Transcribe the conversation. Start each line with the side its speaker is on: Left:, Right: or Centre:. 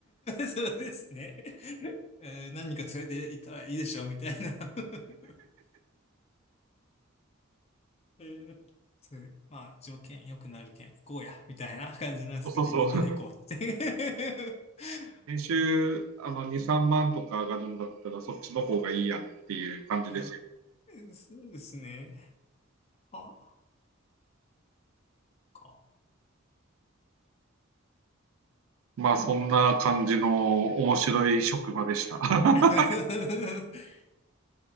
Left: そうですね。えー何人か連れて行ったらいいでしょみたいな <laughs> えーそうまあ条件良くなるけん行こうやみたいな <laughs> 感じなんですかね。
Right: <laughs> そうそうそう。
Left: みんなで行こうって <laughs>
Right: 年収あの2、3万とか上がるんだったら、そっちの方がいいやっていう感じです。
Left: うんそうですね。ああ、か。
Right: まあ、そんな感じの面白い職場でした。<laughs>
Left: <laughs>